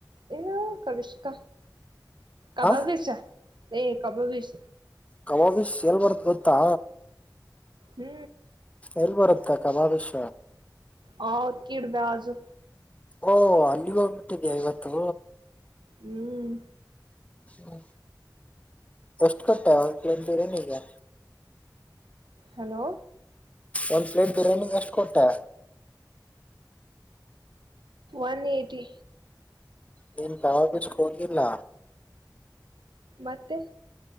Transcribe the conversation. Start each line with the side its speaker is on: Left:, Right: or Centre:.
Right: ಏ ಕಬಿಷ್ಕ ಕಬಾಬಿಷಾ.
Left: ಹ
Right: ಏ ಕಬಾಬೀಷ
Left: ಕಬಾಬೀಷ್ ಎಲ್ ಬರ್ತ ಗೊತ್ತಾ
Right: ಹ್ಮ್
Left: ಎಲ್ಲ ಬರುತ್ತ ಕಬಾಬಿಷ
Right: ಹೌಕಿರ ಬಾಜು
Left: ಓ ಅಲ್ಲಿಗ ಹೋಗ್ ಬಿಟ್ಟಿದಿಯಾ ಇವತ್ತು
Right: ಹ್ಮ್
Left: ಹ್ಮ ಎಷ್ಟು ಕೂಟ್ಟೆ ಒಂದ ಪ್ಲೇಟ ಬೀರಿಯನಿಗೆ
Right: ಹಲೋ
Left: ಒಂದ್ ಪ್ಲೇಟ್ ಬಿರಾನಿಗ್ ಏಷ್ಟ‌ ಕೊಟ್ಟೆ
Right: ಒನ್ ಏಯಟಿ
Left: ನೀನು ಕಬಾಬಿಷಗ ಹೋಗೀಲ್ಲ
Right: ಮತ್ತೆ